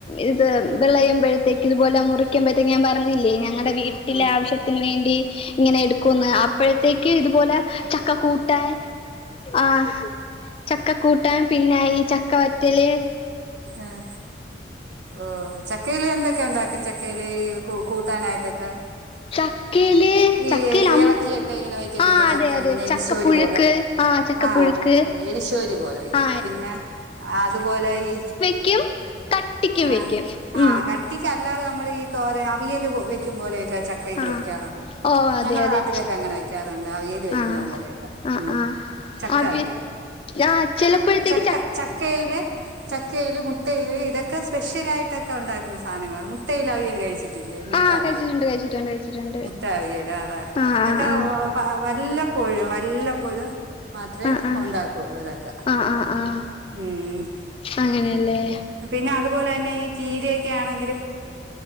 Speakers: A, on the left (about 30°); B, on the right (about 80°).
A: ഇത് വെളയുമ്പോഴത്തേക്ക് ഇതുപോലെ മുറിക്കുമ്പോഴത്തേക്ക് ഞാൻ പറഞ്ഞില്ലേ ഞങ്ങടെ വീട്ടിലെ
B: ആഹ്
A: ആവശ്യത്തിന് വേണ്ടി ഇങ്ങനെ എടുക്കുംന്ന് അപ്പോഴത്തേക്ക് ഇതുപോലെ ചക്ക കൂട്ടാൻ ആ ചക്ക കൂട്ടാൻ പിന്നെ ഈ ചക്കവ റ്റല്
B: ആഹ ഓ ചക്കയിൽ എന്തൊക്കെ ഉണ്ടാക്കും ചക്കയില് കു കൂട്ടാനായിട്ടൊക്കെ
A: ചക്കയില്
B: ഈ
A: ചക്കയിൽ അം
B: എളക്കിയൊക്കെ ഇങ്ങനെ വയ്ക്കത്തില്ലേ
A: ആ അതെ
B: ചക്ക
A: അതെ
B: ഇങ്ങനെ
A: ചക്കപ്പുഴുക്ക്
B: എരിശോരി പോലെ
A: ചക്കപ്പുഴുക്ക്
B: ആ പുഴുക്ക് എരിശോരി പോലെ വെക്കും
A: ആ
B: പിന്നെ അതുപോലെ ഈ
A: ക്കും കട്ടിക്കും വെക്കും
B: ആഹ്
A: ഉം
B: ആഹ് കട്ടിക്ക് അല്ലാതെ നമ്മൾ ഈ തോര അവിയൽ വെക്കും പോലൊക്കെ ക്കെ ചക്കക്കെ
A: ആ
B: വെക്കാറുണ്ട്
A: ഓ അതെ
B: ഞങ്ങള
A: അതെ
B: നാട്ടിലൊക്കെ അങ്ങനെ വെക്കാറുണ്ട് അവിയൽ വെക്കുന്ന
A: ആഹ്
B: പോലെയൊക്കെ
A: ആഹ്
B: ഉം
A: ആഹ്
B: ചക്ക
A: അത്
B: അവിയൽ
A: ആഹ് ചിലപ്പോഴത്തേക്ക്
B: ചക്ക ചക്കയില് ച വിയൽ മു മുട്ടയിൽ ഇതൊക്കെ സ്പെഷ്യൾ ആയിട്ടൊക്കെ ഉണ്ടാക്കുന്ന സാധനങ്ങള മു മുട്ടേൽ അവിയൽ കഴിച്ചിട്ടില്ലേ മുട്ട്ടാവിയൽ
A: ആഹ് കഴിച്ചിട്ടുണ്ട് കഴിച്ചിട്ടുണ്ട് കഴിച്ചിട്ടുണ്ട്
B: മുട്ടാവിയൽ ആഹ് അതാ
A: ആഹ്
B: അതൊക്കെ
A: ആഹ്
B: വല്ലപ്പോഴും വല്ലപ്പോഴും മാത്രേ
A: ആഹ് ആഹ്
B: ഉണ്ടാക്കു ഇതൊക്കെ
A: ആഹ് ആഹ് ആഹ് ആഹ്
B: ഉം
A: അങ്ങനെയല്ലേ
B: പിന്നെ അതുപോലെ തന്നെ ഈ കീരെ ക്കെ ആണെങ്കി